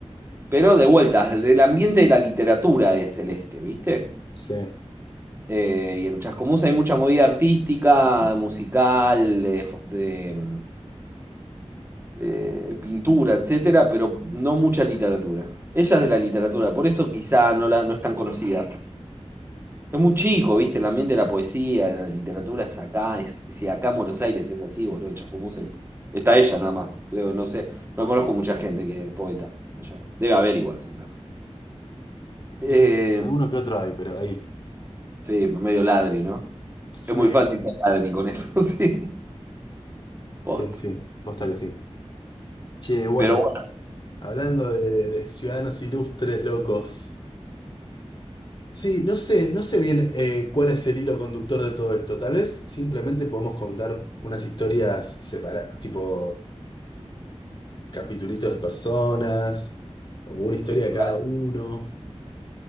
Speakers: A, on the right (about 20°); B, on the left (about 45°).
A: Pero de vuelta, del ambiente de la literatura es Celeste, ¿viste?
B: Sí.
A: Eh, y en Chascomús hay mucha movida artística, musical, de, fo- de, mm, eh, pintura, etcétera, pero no mucha literatura. Ella es de la literatura, por eso quizá no, la, no es tan conocida. Es muy chico, ¿viste? El ambiente de la poesía, de la literatura es acá. Es, si acá en Buenos Aires es así, boludo, en Chascomús es- está ella nada más, creo, no sé. No conozco mucha gente que es poeta allá. Debe haber igual, seguramente. Eh,
B: Y alguno que otro hay, pero ahí.
A: sí, medio ladri, ¿no?
B: Sí,
A: Es muy fácil ser ladri con eso, <laughs> sí. Posta.
B: sí, sí. Posta que sí. Che, bueno,
A: Pero bueno,
B: hablando de, de ciudadanos ilustres locos. Sí, no sé, no sé bien eh, cuál es el hilo conductor de todo esto. Tal vez simplemente podemos contar unas historias separadas, tipo capitulitos de personas, o una historia
A: es que
B: de cada
A: para-
B: uno.